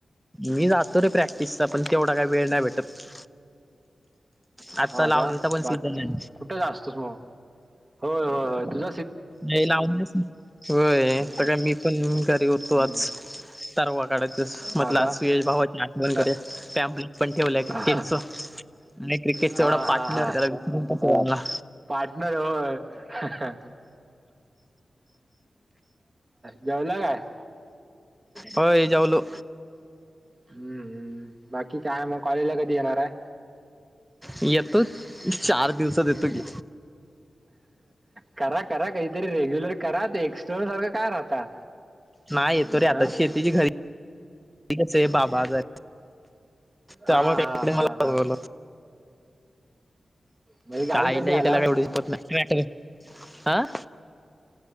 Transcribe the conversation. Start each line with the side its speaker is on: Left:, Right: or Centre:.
Centre: मी जातो रे प्रॅक्टिसचा पण तेवढा काही वेळ नाही भेटत आता
Right: हा
Centre: लावणीचा
Right: का,
Centre: पण
Right: बाकी
Centre: सीझन आहे
Right: कुठे गा असतोस मग? होय होय हो तुझ
Centre: नाही लावलच. होय तर मी पण घरी होतो
Right: हम्म
Centre: आज तरवा काढायच म्हटलं
Right: हा का
Centre: आज सुयश भावाचे आठवण
Right: तर
Centre: कर टॅम्प पण ठेवला
Right: हा
Centre: क्रिकेटच आणि क्रिकेट
Right: हा
Centre: एवढा पार्टनर
Right: हा
Centre: त्यालाला
Right: पार्टनर हो जेवला काय?
Centre: होय जाऊलो.
Right: हम्म हम्म बाकी काय मग? कॉलेज ला कधी येणार आहे?
Centre: येतो चार दिवसात येतो
Right: हम्म.
Centre: कि.
Right: करा करा काहीतरी रेग्युलर करा ते एक्स्टर्नल सारखं काय राहता
Centre: नाही येतो रे आता.
Right: हा
Centre: शेतीची घरी कस आहे बाप बाजार त्यामुळे
Right: हा हा
Centre: इकडे
Right: हा
Centre: मला
Right: हा
Centre: बोलवलं.
Right: म्हणजे गावी
Centre: काही
Right: कधी
Centre: नाही
Right: आलास
Centre: एला का एवढच पत. नाही हं?